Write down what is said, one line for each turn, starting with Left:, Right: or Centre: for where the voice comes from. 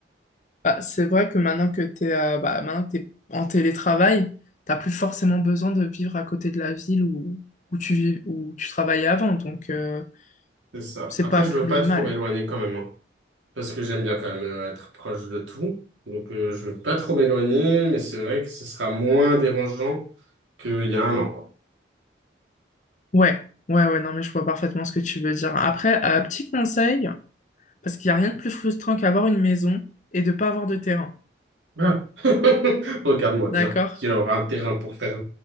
Left: Bah, c'est vrai que maintenant que t'es euh, bah, maintenant que t'es en télétravail, t'as plus forcément besoin de vivre à côté de la ville où, où tu vis, où tu travaillais avant, donc euh,
Right: C'est ça.
Left: c'est
Right: Après,
Left: pas
Right: je
Left: plus
Right: veux pas
Left: mal.
Right: trop m'éloigner quand même. hein. parce que j'aime bien quand même euh, être proche de tout. Donc, euh, je veux pas trop m'éloigner, mais c'est vrai que ce sera moins dérangeant qu'il y a un an, quoi.
Left: Ouais, ouais, ouais, non mais je vois parfaitement ce que tu veux dire. Après, euh, petit conseil, parce qu'il n'y a rien de plus frustrant qu'avoir une maison et de pas avoir de terrain,
Right: Ah. <laughs> Regarde-moi bien.
Left: d'accord?
Right: Il y aura un terrain pour faire